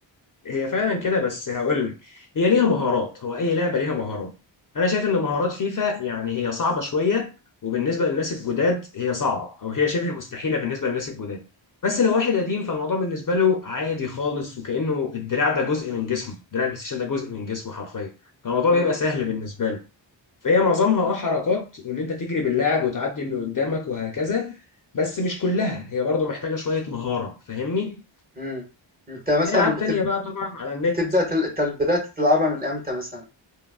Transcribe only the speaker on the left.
هي فعلا كده بس هقول لك هي ليها مهارات هو اي لعبه ليها مهارات انا شايف ان مهارات فيفا يعني هي صعبه شويه وبالنسبه للناس الجداد هي صعبه او هي شبه مستحيله بالنسبه للناس الجداد بس لو واحد قديم فالموضوع بالنسبه له عادي خالص وكانه الدراع ده جزء من جسمه دراع البلاي ستيشن ده جزء من جسمه حرفيا فالموضوع
بيبقى سهل بالنسبه له فهي معظمها اه حركات وان انت تجري باللاعب وتعدي اللي قدامك وهكذا بس مش كلها هي برضه محتاجه شويه مهاره فاهمني
في العاب
تانية بقى طبعا على النت